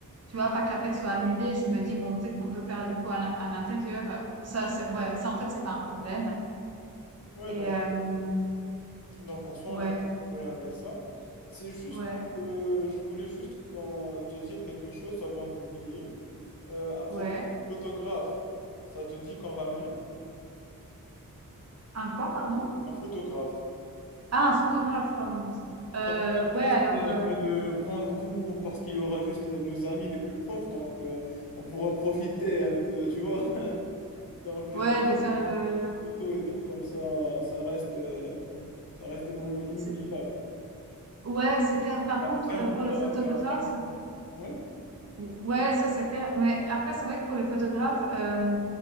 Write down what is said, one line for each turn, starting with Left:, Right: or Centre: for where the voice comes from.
Right: tu vois, pas que la fête soit annulée, je me dis, bon, peut-être qu'on peut faire du coup à l'in- à l'intérieur. Ça, c'est, ouais, ça, en fait, c'est pas un problème.
Left: ouais,
Right: Et,
Left: donc.
Right: euh,
Left: Donc, en soi,
Right: ouais,
Left: on n'a pas de problème avec ça. C'est juste,
Right: ouais,
Left: euh, je voulais juste qu'en- te dire quelque chose avant de l'oublier. Euh, à propos
Right: ouais.
Left: du photographe, ça te dit qu'en ramène un?
Right: Un quoi, pardon?
Left: Un photographe.
Right: Ah, un photographe, pardon. Euh,
Left: Comme ça,
Right: ouais,
Left: on
Right: alors,
Left: essaie
Right: euh,
Left: un peu de prendre tout parce qu'il y aura juste les- nos amis les plus proches, donc euh, on pourra profiter un peu, tu vois. <laughs> Donc,
Right: ouais,
Left: euh,
Right: de faire
Left: pour une
Right: le,
Left: photo et tout, comme ça, ça reste, euh, ça reste un moment inoubliable.
Right: c'est- ouais, c'est clair. Par
Left: Après,
Right: contre, euh,
Left: on pourra
Right: pour le photographe,
Left: faire un album. Ouais.
Right: Ouais, ça c'est clair. Mais après, c'est vrai que pour les photographes, euh,